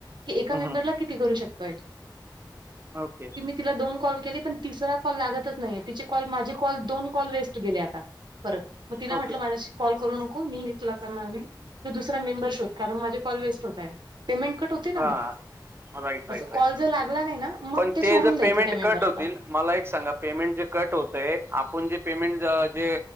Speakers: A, on the right (about 70°); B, on the right (about 30°).
A: की एका
B: ना
A: मेंबर ला किती करू शकतोय
B: ओके
A: तिला दोन कॉल केले पण तिसरा कॉल लागतच नाही तिचे कॉल माझे कॉल दोन कॉल वेस्ट गेले आ परत मग तिला
B: ओके
A: म्हटलं माझ्याशी कॉल करू नको मी ही तुला करणार तु दुसरा मेंबर शोध कारण माझे कॉल वेस्ट होताय पेमेंट कट होत होते ना
B: हां
A: मग,
B: राईट राईट
A: अस
B: राईट
A: कॉल जर लागला
B: राईट
A: नाही ना मग
B: पण
A: ते सोडून
B: जर
A: द्यायचं
B: पेमेंट
A: त्या
B: कट
A: मेंबर्सला
B: होतील मला एक सांगा पेमेंट जे कट होतय आपण जे पेमेंट जे